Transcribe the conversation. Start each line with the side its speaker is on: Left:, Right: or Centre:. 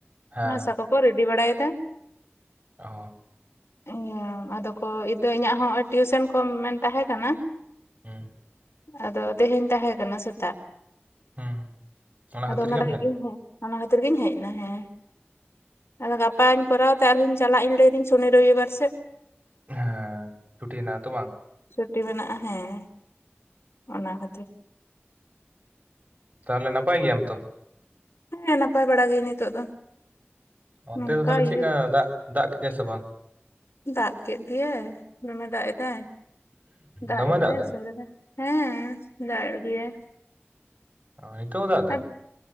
Right: ᱦᱮᱸ
Left: ᱦᱟᱥᱟ ᱠᱚᱼᱼ <inaudible> ᱨᱤᱰᱤ ᱵᱟᱲᱟᱭᱮᱫᱟ
Right: ᱚ
Left: ᱤᱭᱟᱹ ᱟᱫᱚ ᱠᱚ ᱤᱫᱟᱹ ᱤᱧᱟᱹᱜ ᱦᱚᱸ ᱦᱚᱸᱜ ᱚᱭ ᱴᱤᱭᱩᱥᱮᱱ ᱠᱚ ᱢᱮᱱ ᱛᱟᱦᱮᱸ ᱠᱟᱱᱟ᱾
Right: ᱦᱩᱸ
Left: ᱟᱫᱚ ᱛᱮᱦᱮᱧ ᱛᱟᱦᱮᱸ ᱠᱟᱱᱟ ᱥᱮᱛᱟᱜ
Right: ᱦᱩᱸ ᱠᱷᱟᱹᱛᱤᱨ
Left: ᱟᱫᱚ ᱚᱱᱟ
Right: ᱜᱮᱢ
Left: ᱞᱟᱹᱜᱤᱫ
Right: ᱦᱮᱡ ᱞᱮᱱᱟ
Left: ᱜᱩᱧ ᱦᱼᱼ ᱚᱱᱟ ᱠᱷᱟᱹᱛᱤᱨ ᱜᱤᱧ ᱦᱮᱡ ᱮᱱᱟ ᱦᱮᱸ ᱟᱫᱚ ᱜᱟᱯᱟᱧ ᱠᱚᱨᱟᱣ ᱛᱮ ᱟᱨᱦᱧ ᱪᱟᱞᱟᱜ ᱤᱧ ᱞᱟᱹᱭᱫᱟᱹᱧ ᱥᱚᱱᱤ ᱨᱚᱵᱤᱵᱟᱨ ᱥᱮᱫᱼᱼ
Right: ᱦᱮᱸ ᱪᱷᱩᱴᱤ ᱦᱮᱱᱟᱜᱼᱟ ᱛᱚ ᱵᱟᱝ
Left: ᱪᱷᱩᱴᱤ ᱢᱮᱱᱟᱜᱼᱟ ᱦᱮᱸ ᱚᱱᱟ ᱠᱷᱟᱹᱛᱤᱨ
Right: ᱛᱟᱦᱚᱞᱮ ᱱᱟᱯᱟᱭ ᱜᱮᱭᱟᱢ ᱛᱚ
Left: ᱦᱮᱸ ᱱᱟᱯᱟᱭ ᱵᱟᱲᱟ ᱜᱮ ᱱᱤᱛᱚᱜ ᱫᱚ
Right: ᱚᱱᱛᱮ
Left: ᱱᱚᱝᱠᱟ
Right: ᱫᱚ ᱛᱟᱦᱚᱞᱮ
Left: ᱤᱭᱟᱹ
Right: ᱪᱮᱫᱠᱟ ᱫᱟᱜ ᱫᱟᱜ ᱠᱮᱫᱮᱭᱟ ᱥᱮ ᱵᱟᱝ
Left: ᱫᱟᱜ ᱠᱮᱫ ᱜᱮᱭᱟᱭ ᱫᱚᱢᱮ ᱫᱟᱜ ᱮᱫᱟᱭ ᱫᱟᱜ
Right: ᱫᱚᱢᱮ
Left: ᱮᱫᱟᱭ
Right: ᱫᱟᱭ
Left: ᱟᱥᱳᱲ ᱮᱫᱟᱭ ᱦᱮᱸ ᱫᱟᱜ ᱮᱫ ᱜᱮᱭᱟᱭᱼᱼ
Right: ᱱᱤᱛᱳ ᱦᱟ
Left: ᱟᱨ